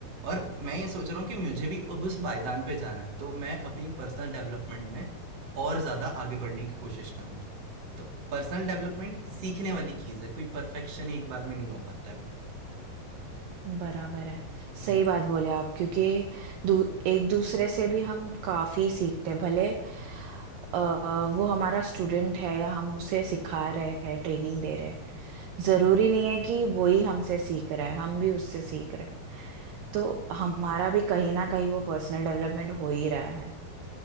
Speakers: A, on the right (about 45°); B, on the right (about 75°).
A: और मैं ये सोच रहा हूँ कि मुझे भी अब
B: हम्म
A: उस पायदान पे जाना है तो मैं अपनी पर्सनल डेवलपमेंट में और ज्यादा आगे बढ़ने की कोशिश करूंगा तो पर्सनल डेवलपमेंट सीखने वाली चीज है कोई परफेक्शन एक बार में नहीं हो पाता है वो
B: बराबर है सही
A: हम्म,
B: बात बोले आप क्योंकि दू, एक दूसरे से भी हम काफी सीखते हैं भले अ, वो हमारा स्टूडेंट है या हम उसे सिखा रहे हैं ट्रेनिंग दे रहे हैं जरूरी नहीं है कि वो ही हमसे सीख रहा है हम भी उससे सीख रहे हैं तो हमारा भी कहीं ना कहीं वो पर्सनल डेवलपमेंट हो ही रहा है